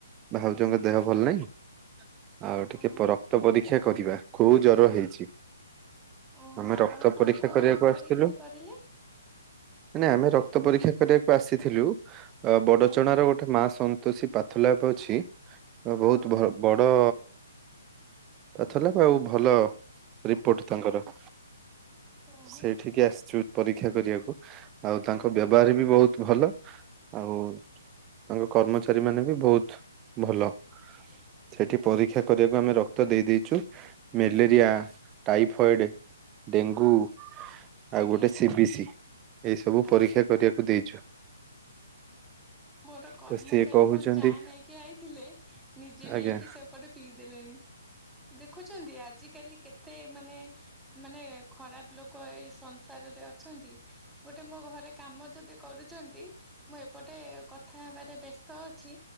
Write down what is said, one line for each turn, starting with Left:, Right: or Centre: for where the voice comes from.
Right: ଭାଉଜଙ୍କ
Centre: ହୁଁ
Right: ଦେହ ଭଲ ନାହିଁ, ଆଉ ଟିକେ
Centre: ଓହୋ।
Right: ପର କ୍ତ ପରୀକ୍ଷା କରିବା କୋଉ ଜର ହେଇଛି।
Centre: ଓହୋ
Right: ଆମେ
Centre: ଆପଣ
Right: ରକ୍ତ
Centre: କୋଉ
Right: ପରୀକ୍ଷା
Centre: କୋଉ
Right: କରିବାକୁ
Centre: ପରୀକ୍ଷା
Right: ଆସିଥିଲୁ।
Centre: କରିଲେ?
Right: ମାନେ ଆମେ ରକ୍ତ ପରୀକ୍ଷା କରିବାକୁ ଆସିଥିଲୁ, ଅ, ବଡ଼ଚଣା
Centre: ଆଜ୍ଞା
Right: ର ଗୋଟେ ମା ସମ୍ ତୋଷୀ ପାଥ ଲ୍ୟାପ୍ ଅଛି ବହୁତ
Centre: ଓହୋ
Right: ଭ-ବଡ ପାଥଲାବ୍ ଆଉ ଭଲ ରିପୋର୍ଟ ତାଙ୍କର।
Centre: ଓହୋ
Right: ସେଇଠିକି ଆସିଛୁ ପରୀକ୍ଷା କରିବାକୁ, ଆଉ ତାଙ୍କ
Centre: ଆଜ୍ଞା।
Right: ବ୍ୟବହାର ବି ବହୁତ ଭଲ। ଆଉ ତାଙ୍କ କର୍ମଚାରୀ ମାନେ ବି ବହୁତ ଭଲ। ସେଠି ପରୀକ୍ଷା କରିବାକୁ ଆମେ ରକ୍ତ ଦେଇ ଦେଇଛୁ। ମ୍ୟାଲେରିଆ ଟାଇଫଏଡ ଡେଙ୍ଗୁ ଆଉ
Centre: ଆଜ୍ଞା
Right: ଗୋଟେ ସି ବିି ସି ଏଇ ସବୁ
Centre: ଆଜ୍ଞା
Right: ପରୀକ୍ଷା କରିବାକୁ ଦେଇଛୁ।
Centre: ମୋର କର୍ମଚାରୀ
Right: ତ ସିଏ କହୁଛନ୍ତି
Centre: କଣ ଚା ନେଇକି ଆଇଥିଲେ ନିଜେ
Right: ଆଜ୍ଞା
Centre: ନେଇକି ସବ୍ ପଟେ ପିଇଦେଲେଣି ଦେଖୁଛନ୍ତି ଆଜି କାଲି କେତେ ମାନେ ମାନେ ଖରାପ ଲୋକ ଏ ସଂସାରରେ ଅଛନ୍ତି ଗୋଟ ତେ ମୋ ଘରେ କାମ ଯଦି କରୁଛନ୍ତି ମୁଁ ଏପଟେ କଥା ହେବାରେ ବ୍ୟସ୍ତ ଅଛି